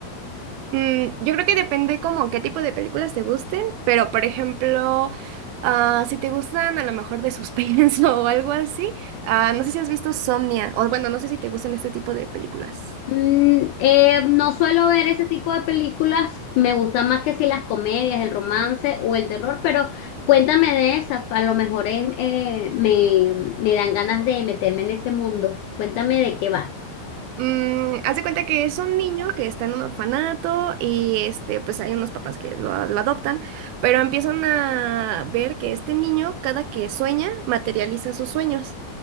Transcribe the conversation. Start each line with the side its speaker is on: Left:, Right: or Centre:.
Right: Mm, yo creo que depende como qué tipo de películas te gusten, pero por ejemplo, ah, si te gustan a lo mejor de suspenso <laughs> o algo así, ah, no sé si has visto Somnia, o bueno, no sé si te gustan este tipo de películas.
Left: Mm, eh, no suelo ver ese tipo de películas, me gustan más que si las comedias, el romance o el terror, pero cuéntame de esas, a lo mejor es, eh, me, me dan ganas de meterme en ese mundo. Cuéntame de qué va.
Right: Mm, haz de cuenta que es un niño que está en un orfanato y este, pues hay unos papás que lo, lo adoptan, pero empiezan a ver que este niño, cada que sueña, materializa sus sueños.